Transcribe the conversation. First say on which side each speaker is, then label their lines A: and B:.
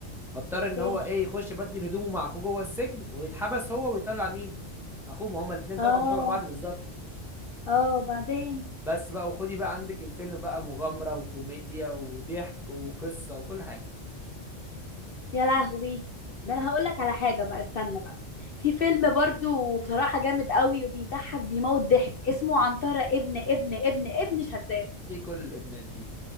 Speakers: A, in the centre; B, on the left.
A: فاضطر
B: اوكي
A: ان هو ايه يخش يبدل هدومه مع اخوه جوه السجن ويتحبس هو ويطلع مين اخوه ما هما الاثنين
B: اه
A: توأم شبه بعض بالظبط
B: اه بعدين
A: بس بقى وخدي بقى عندك الفيلم بقى مغامرة وكوميديا وضحك وقصة وكل حاجة
B: يا لهوي ده انا هقول لك على حاجه بقى استنى بقى في فيلم برضو بصراحه جامد قوي وبيضحك بيموت ضحك اسمه عنترة ابن ابن ابن ابن شداد
A: ايه كل الابنات دي